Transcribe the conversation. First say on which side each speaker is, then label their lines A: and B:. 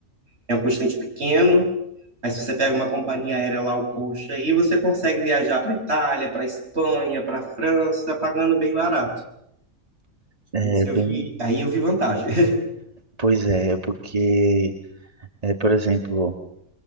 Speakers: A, on the right; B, on the right.
A: é um constante pequeno. Aí se você pega uma companhia aérea lá, o coxa, aí você consegue viajar para Itália, para Espanha, para França, pagando bem barato.
B: É
A: Isso eu
B: bem,
A: vi, aí eu vi vantagem. <laughs>
B: pois é, porque, é, por exemplo,